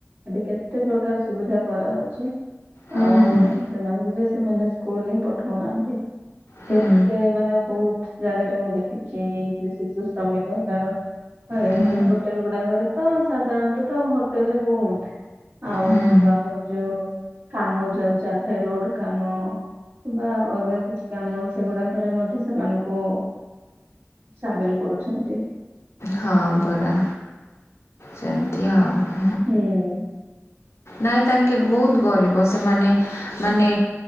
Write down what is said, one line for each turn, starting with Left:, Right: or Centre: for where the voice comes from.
Right: ଏବେ କେତେ ପ୍ରକାର୍ ସୁବିଧା କରା ହଉଚି।
Left: ହୁଁ
Right: ଆଉ ସେମାନଙ୍କୁ ଯେ, ସେମାନେ ସ୍କୁଲ୍‌ ହିଁ ପଠଉନାନ୍ତି।
Left: ହୁଁ
Right: କେତେ ମାନେ ବହୁତ୍ ଜାଗାରେ ମୁଁ ଦେଖିଚି, ଏଇ ଯଉ ଶିଶୁ ଶ୍ରମିକ ହେବାର। ହଁ, ଏଇ
Left: ହୁଁ
Right: ହୋଟେଲ୍ ଗୁଡ଼ା କରେ ତ ସାଧାରଣତଃ ତ ହୋଟେଲ୍ ରେ ବହୁତ୍ ଆଉ
Left: ହୁଁ
Right: ଆମ ଯୋ କାମ ଯଉ ଚାଲିଥାଏ, ରୋଡ଼ କାମ ବା ଅଲ୍ଗା କି କାମ, ସେଗୁଡ଼ା କରେ ମଧ୍ୟ ସେମାନଙ୍କୁ ସାମିଲ୍ କରୁଛନ୍ତି।
Left: ହଁ ପରା, ସେନ୍ତି ଆଉ।
Right: <inaudible>
Left: ନାଇଁ ତାଙ୍କେ ବଉତ୍ ଗରିବ ସେମାନେ। ମାନେ